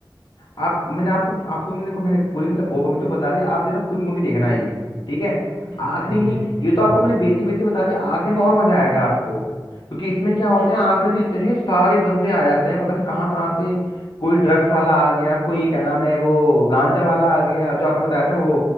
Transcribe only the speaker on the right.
हम्म,
हम्म,
हम्म,
हम्म,